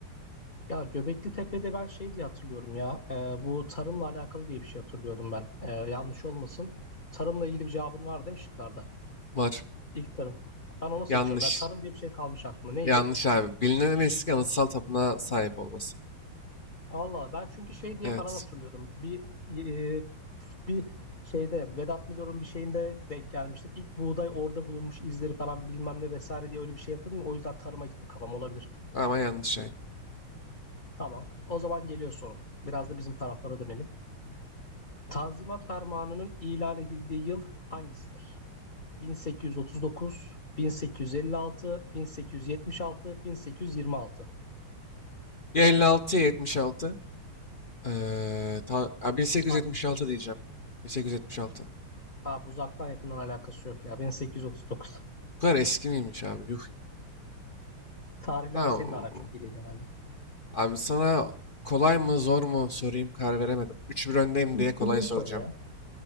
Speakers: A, on the left; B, on the left.
A: Ya Göbekli Tepe'de ben şey diye hatırlıyorum ya. e, bu tarımla alakalı diye bir şey hatırlıyordum ben. E, yanlış olmasın. Tarımla ilgili bir cevabın var değil mi şıklarda?
B: Var.
A: İlk tarım. Ben onu seçiyorum.
B: Yanlış.
A: Ya tarım diye bir şey kalmış aklıma. Neydi?
B: Yanlış abi. Bilinen en eski anıtsal tapınağa sahip olması.
A: Allah ben çünkü şey diye
B: Evet.
A: falan hatırlıyordum. Bir e, bir şeyde Vedat Milor'un bir şeyinde denk gelmiştim. İlk buğday orada bulunmuş izleri falan bilmem ne vesaire diye öyle bir şey hatırladım. O yüzden tarıma gitti kafam olabilir.
B: Ama yanlış aynı.
A: Tamam. O zaman geliyor sorum. Biraz da bizim taraflara dönelim. Tanzimat Fermanı'nın ilan edildiği yıl hangisidir? 1839, 1856, 1876, 1826.
B: Ya 56 ya 76. Ee, ta, ya 1876
A: Hangisi?
B: diyeceğim. 1876.
A: Abi uzaktan yakından alakası yok ya. 1839.
B: Bu kadar eski miymiş abi? Yuh.
A: Tarihlerle
B: Tamam.
A: senin de aran çok iyi değil herhalde.
B: Abi sana kolay mı zor mu sorayım karar veremedim. Üç bir öndeyim
A: İstediğini
B: diye kolay soracağım.
A: sor ya.